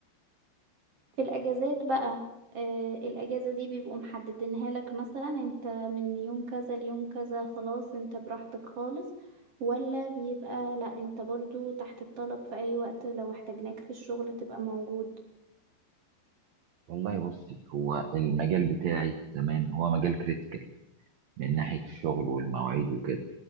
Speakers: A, on the right; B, on the right.
A: في الاجازات بقى آه الاجازة دي بيبقوا محددينها لك مثلا انت من يوم كذا ليوم كذا خلاص انت براحتك خالص ولا بيبقى لا انت برضو تحت الطلب في اي وقت لو احتاجناك في الشغل تبقى موجود
B: والله بصي هو المجال بتاعي تمام هو مجال كريتيكال من ناحية الشغل والمواعيد وكده